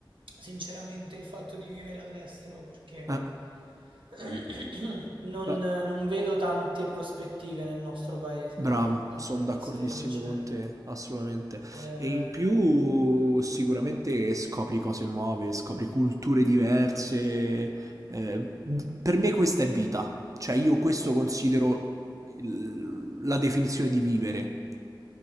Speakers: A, on the right; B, on the right.
A: sinceramente, il fatto di vivere all'estero perché
B: Eh,
A: <clears throat> non,
B: no,
A: non vedo tante prospettive nel nostro paese,
B: bravo,
A: ad
B: sono
A: ad
B: d'accordissimo
A: essere sincero.
B: con te, assolutamente.
A: Eh,
B: E in più sicuramente scopri cose nuove, scopri culture diverse. eh, per me questa è vita, cioè io questo considero il- la definizione di vivere.